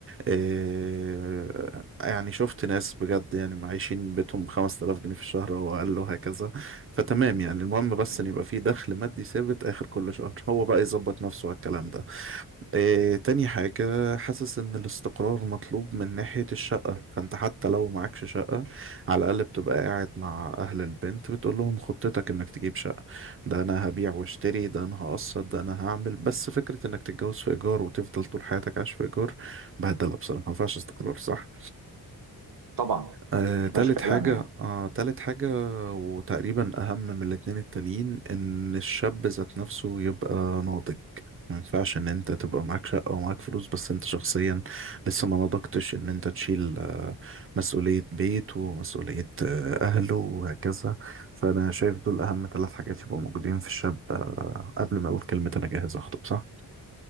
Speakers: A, on the right (about 35°); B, on the right (about 65°).
A: آه، يعني شفت ناس بجد يعني معيشين بيتهم ب 5000 جنيه في الشهر او اقل وهكذا فتمام يعني المهم بس
B: <coughs>
A: ان يبقى في دخل مادي ثابت اخر كل شهر هو بقى يظبط نفسه على الكلام ده إيه تاني حاجة حاسس إن الاستقرار مطلوب من ناحية الشقة فأنت حتى لو معكش شقة على الأقل بتبقى قاعد مع أهل البنت بتقول لهم خطتك إنك تجيب شقة ده أنا هبيع واشتري ده أنا هقسط ده أنا هعمل بس فكرة إنك تتجوز في إيجار وتفضل طول حياتك عايش في إيجار بهدلة بصراحة ما ينفعش استقرار صح
B: طبعا ما
A: آه، تالت
B: فيهاش كلام
A: حاجة
B: يعني
A: آه، تالت حاجة وتقريبا أهم من الاتنين التانيين إن الشاب ذات نفسه يبقى ناضج ما ينفعش إن أنت تبقى معاك شقة ومعاك فلوس بس أنت شخصيا لسه ما نضجتش إن أنت تشيل آه، مسؤولية بيت ومسؤولية آه، أهله وهكذا فأنا شايف دول أهم تلات حاجات يبقوا موجودين في الشاب آه، قبل ما أقول كلمة أنا جاهز أخطب صح؟